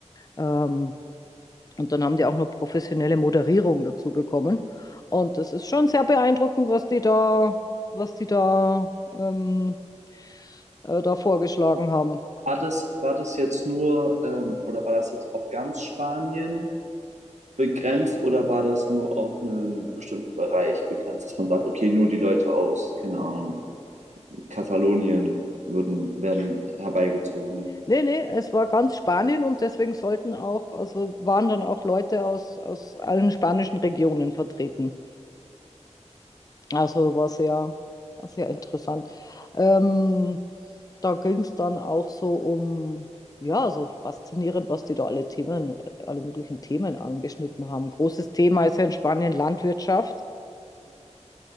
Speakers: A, on the left; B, on the right.
A: Ähm, und dann haben die auch noch professionelle Moderierung dazu bekommen. Und das ist schon sehr beeindruckend, was die da, was die da, ähm, äh, da vorgeschlagen haben.
B: War das, war das jetzt nur ähm, oder war das jetzt auf ganz Spanien begrenzt oder war das nur auf einen bestimmten Bereich begrenzt, dass man sagt, okay, nur die Leute aus, keine Ahnung, Katalonien würden, werden herbeigezogen?
A: Nee, nee, es war ganz Spanien und deswegen sollten auch, also waren dann auch Leute aus, aus allen spanischen Regionen vertreten. Also war sehr, war sehr interessant. Ähm, da ging es dann auch so um, ja, so faszinierend, was die da alle Themen, alle möglichen Themen angeschnitten haben. Großes Thema ist ja in Spanien Landwirtschaft.